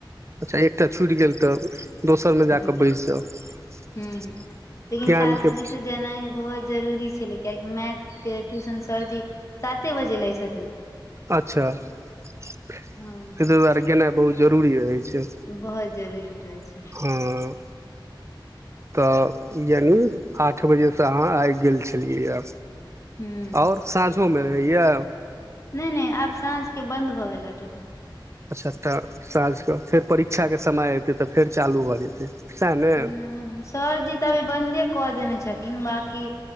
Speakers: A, on the right (about 35°); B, on the left (about 35°).
A: अच्छा एकटा छुइट गेल तब दोसरमे जाकऽ
B: हूँ
A: बैस जाउ
B: हूं लेकिन
A: धआनके
B: सात बजे से जेनाइ बहुत जरूरी छलै, किएकि मैथके ट्यूशन सरजी साते बजे लै छथिन।
A: अच्छा ताहि
B: हँ
A: दुआरे गेनाइ बहुत जरूरी रहैत छै।
B: बहुत जरूरी रहै छै।
A: अँ तऽ यानि आठ बजेसँ अहाँ आइब गेल छलियैए।
B: हूं
A: आओर साँझोमे रहैएा
B: नै -नै आब साँझ के बंन्द भऽ, गेलै ट्यूशन
A: सबटा साँझके फेर परीक्षाके समय एयतै तऽ, फेर चालू भऽ जेतै। सएह ने
B: ह सरजी तऽ अभी बन्दे कऽ, देने छथिन बकी